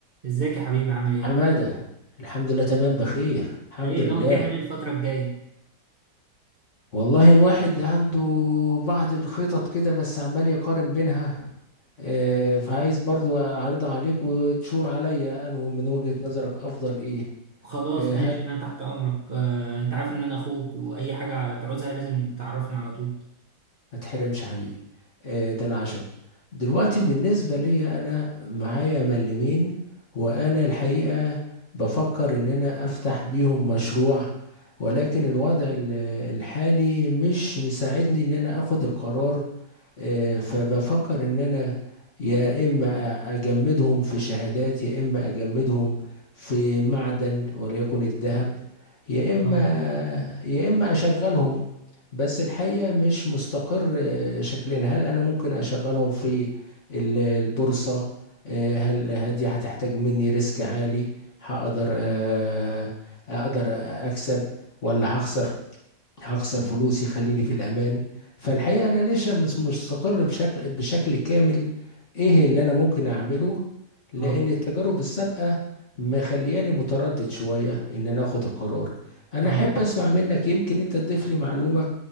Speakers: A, on the right (about 35°); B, on the left (about 45°).
A: ازيك يا حبيبي عامل
B: حمادة
A: ايه؟
B: الحمد لله تمام بخير الحمد
A: ايه
B: لله
A: ناوي تعمل ايه الفترة الجاية؟
B: والله الواحد عنده بعض الخطط كده بس عمال يقارن بينها آه، فعايز برضو أعرضها عليك وتشور عليا أنه من وجهة نظرك أفضل إيه
A: خلاص
B: آه،
A: ماشي انا تحت امرك آه، انت عارف ان انا اخوك واي حاجة تعوزها لازم تعرفني على طول
B: ما تحرمش حبيبي آه، ده العشم دلوقتي بالنسبة لي أنا معايا ملمين وأنا الحقيقة بفكر إن أنا أفتح بيهم مشروع ولكن الوضع ال- الحالي مش مساعدني إن أنا أخد القرار آه، فبفكر ان انا يا اما أ- اجمدهم في شهادات يا اما اجمدهم في معدن وليكن الذهب يا اما
A: اه
B: يا اما اشغلهم بس الحقيقة مش مستقر آه، شكلنا هل انا ممكن اشغلهم في ال- البورصة آه، هل هدي هتحتاج مني ريسك عالي هقدر آه، اقدر اكسب ولا هخسر هخسر فلوسي خليني في الأمان فالحقيقة أنا لسه مش مستقر بشكل بشكل كامل إيه اللي أنا ممكن أعمله لأن
A: اه
B: التجارب السابقة مخلياني متردد شوية إن أنا أخد القرار أنا
A: اه
B: أحب أسمع منك يمكن أنت تضيف لي معلومة